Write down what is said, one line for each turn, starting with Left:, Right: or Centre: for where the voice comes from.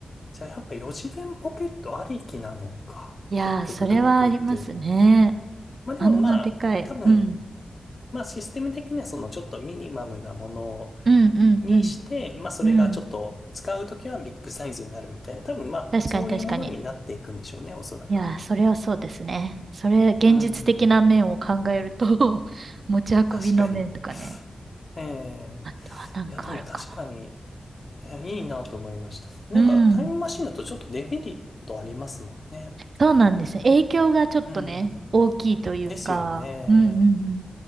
Left: じゃあやっぱ4次元ポケットありきなのか。
Right: いやー、
Left: 結局道具っていうのは。
Right: それはありますね。
Left: まあでもまあ、
Right: あんなでかい。
Left: 多分
Right: うん。
Left: まあシステム的にはそのちょっとミニマムなもの
Right: うん、うん、
Left: にして、
Right: うん。
Left: まあそれがちょっと使うときはビッグサイズになるみたいな、
Right: うん。
Left: 多分まあそういうものになっていくんでしょうね、
Right: 確かに、確かに。
Left: おそらく。
Right: いやー、それはそうですね。それ、現実的な面を考えると
Left: うーん、
Right: <laughs> 持ち運びの面とかね。
Left: 確かに。ええ、
Right: あとはなんかあるかな。
Left: いやでも確かに、いやいいなと思いました。
Right: うん。
Left: なんかタイムマシンだとちょっとデメリットありますもんね。
Right: そうなんですね。影響がちょっとね、
Left: うん、
Right: 大きいというか。
Left: ですよね。
Right: うん、うん、うん。